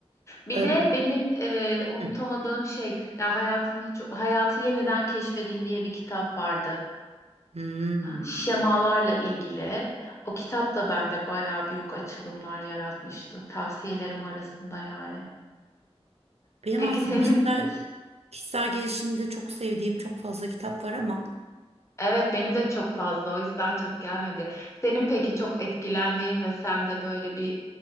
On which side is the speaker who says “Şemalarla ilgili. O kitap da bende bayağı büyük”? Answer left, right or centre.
Left